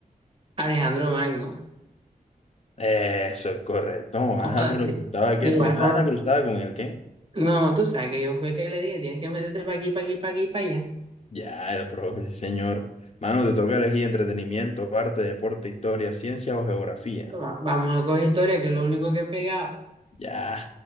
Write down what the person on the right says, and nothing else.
Alejandro Magno.
O sea,
de
de igual
forma.
No, tú sabes que yo fui el que le dije, tienes que meterte para aquí, para aquí, para aquí, para allá.
Va- Vamos a coger historia, que es lo único que he pegado.